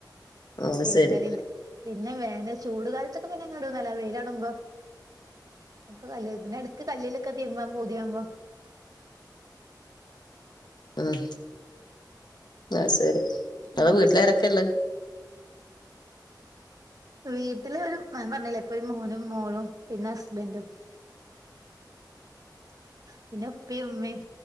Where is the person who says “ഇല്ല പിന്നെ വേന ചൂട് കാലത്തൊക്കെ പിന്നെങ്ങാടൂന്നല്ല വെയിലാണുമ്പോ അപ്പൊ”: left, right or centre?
Right